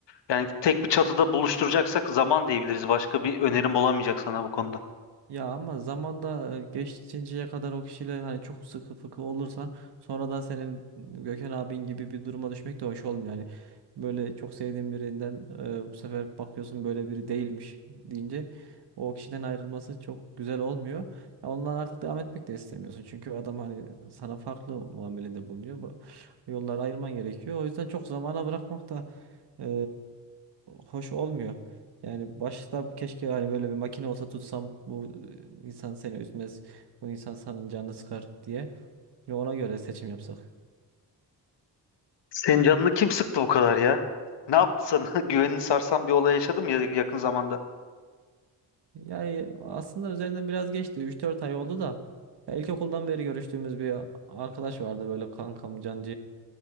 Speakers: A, on the left; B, on the right.
A: Yani tek bir çatıda buluşturacaksak zaman diyebiliriz. Başka bir önerim olamayacak sana bu konuda.
B: Ya ama zamanda e, geçinceye kadar o kişiyle hani çok sıkı fıkı olursan sonradan senin Gökhan abin gibi bir duruma düşmek de hoş olmuyor. Yani böyle çok sevdiğin birinden e, bu sefer bakıyorsun böyle biri değilmiş deyince o kişiden ayrılması çok güzel olmuyor. Ya ondan artık devam etmek de istemiyorsun. Çünkü adam hani sana farklı muamelede bulunuyor. Bu bu yolları ayırman gerekiyor. O yüzden çok zamana bırakmak da e, hoş olmuyor. Yani başta keşke hani böyle bir makine olsa tutsam bu e, insan seni üzmez, bu insan senin canını sıkar diye. Ve ona göre seçim yapsak.
A: Senin canını kim sıktı bu kadar ya? Ne yaptı sana? <laughs> Güvenini sarsan bir olay yaşadım ya yakın zamanda.
B: Yani aslında üzerinden biraz geçti. üç dört ay oldu da. Ya ilkokuldan beri görüştüğümüz bir arkadaş vardı böyle kankam can